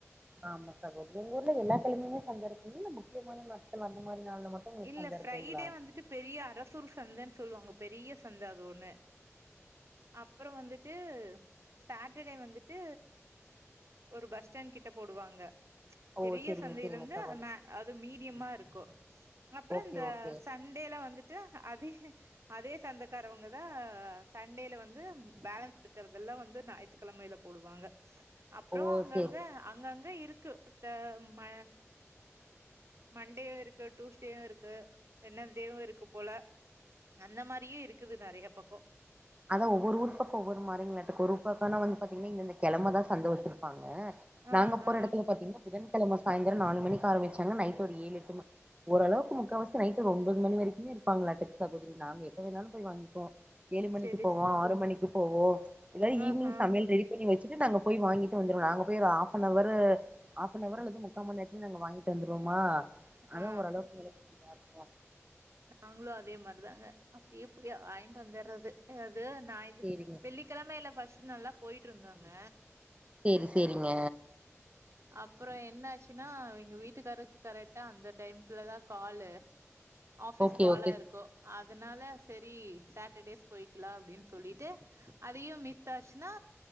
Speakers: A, on the right; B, on the right.
A: ஆமா சகோதரி உங்க ஊர்ல எல்லா கிழமையுமே சந்த இருக்குங்ளா இல்ல முக்கியமான நாட் துல அந்த மாரி நாள்ல மட்டு உங்களுக்கு
B: இல்ல
A: சந்த
B: ஃப்ரைடே
A: இருக்குங்ளா
B: வந்துட்டு பெரிய அரசூர் சந்தன் சொல்லுவாங்க பெரிய சந்த அது ஒன்னு அப்பற வந்துட்டு சாட்டர்டே வந்துட்டு ஒரு பஸ் ஸ்டாண்ட் கிட்ட போடுவாங்க
A: ஓ
B: பெரிய
A: சேரிங்க
B: சந்தயில
A: சேரிங்க
B: இருந்து
A: சகோதரி
B: அந்த மே அது மீடியமா இருக்கு அப்பற
A: ஓகே
B: இந்த
A: ஓகே
B: சண்டேல வந்துட்டு அது அதே சந்தக்காரவங்க தா சண்டேல வந்து பேலன்ஸ் இருக்கறதெல்லா வந்து ஞாயித்துக்கிழமைல போடுவாங்க அப்றோ
A: ஓ
B: அங்கங்க
A: சேரி
B: அங்கங்க இருக்கு த ம மண்டே இருக்கு டூஸ்டேயு இருக்கு வெட்னஸ்டேவு இருக்கு போல அந்த மாரியே இருக்குது நெறய பக்கோ
A: அதா ஒவ்வொரு ஊர் பக்கோ ஒவ்வொரு மாரிங்களாட்டுக்கு ஒரு பக்கோனா வந்து பாத்தீங்னா இந்த இந்த கிழம தா சந்த வச்சிருப்பாங்க
B: ஆ
A: நாங்க போற
B: ஆ
A: எடத்துல பாத்தீங்னா புதன்கிழம சாயந்திர நாலு மணி ஆரம்பிச்சாங்கனா நைட்டு ஒரு ஏழு எட்டு ஓளவுக்கு முக்கால்வாசி நைட் ஒரு ஒன்பது மணி வரைக்குமே இருப்பாங்களாட்டுக்கு சகோதரி நாங்க எப்ப வேணாலு போய் வாங்கிப்போ ஏழு மணிக்கு
B: செரி
A: போவோ ஆறு மணிக்கு போவோ இல்லாட்டி
B: ஆஹா
A: ஈவினிங் சமையல் ரெடி பண்ணி வச்சுட்டு நாங்க போய் வாங்கிட்டு வந்துருவோ நாங்க போய் ஒரு half an hour half an hour அல்லது முக்கா மண் நேரத்துல நாங்க வாங்கிட்டு வந்துருவமா அதா
B: ஆ
A: ஒரளவுக்கு <unintelligible>
B: நாங்ளு அதே மார்தாங்க அப்புடியே போய் வாயின்ட்டு வந்தர்றது அது நா இது
A: சேரிங்க
B: வெள்ளி கெழமைல ஃபஸ்ட்டு நல்லா போயிட்டு இருந்தோங்க
A: சேரி சேரிங்க
B: அப்பறோ என்னாச்சுன்னா எங்க வீட்டுக்காருக்கு கரெட்டா அந்த டைம்க்குள்ள தா காலு ஆஃபிஸ்
A: ஓகே
B: காலா
A: ஓகே
B: இருக்கு அதனால செரி சாட்டர்டேஸ் போயிக்கலா அப்டின்னு சொல்லீட்டு அதையு மீ விட்டாச்சுன்னா